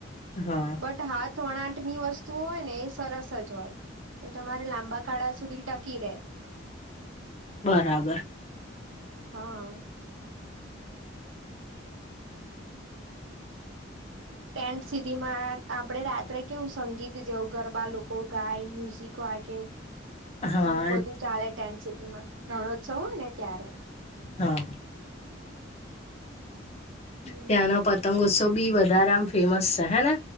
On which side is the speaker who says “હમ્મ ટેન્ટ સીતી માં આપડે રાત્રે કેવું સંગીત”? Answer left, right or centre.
Right